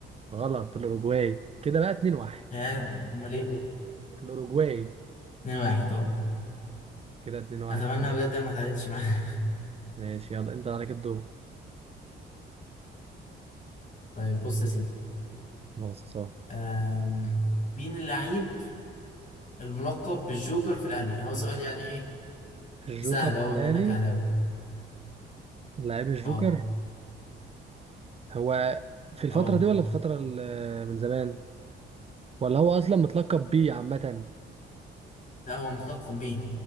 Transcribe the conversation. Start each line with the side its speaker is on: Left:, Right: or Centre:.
Right: غلط الأوروجواي كده بقى 2 1
Left: يا أمال إيه؟
Right: الأوروجواي
Left: اتنين واحد أه
Right: كده 2 1
Left: أتمنى بجد ما تعادلش معايا
Right: ماشي يلا أنت عليك الدور
Left: <laughs> طيب بص يا سيدي
Right: بص اهو
Left: أم... مين اللعيب الملقب بالجوكر في الأهلي؟ هو سؤال يعني إيه
Right: الجوكر
Left: سهل أهو
Right: في الأهلي
Left: بما إنك أهلاوي
Right: لعيب الجوكر
Left: أه
Right: هو في الفترة
Left: أه
Right: دي ولا في الفترة ال- من زمان ولا هو أصلا متلقب بيه عامة
Left: لا هو متلقب بيه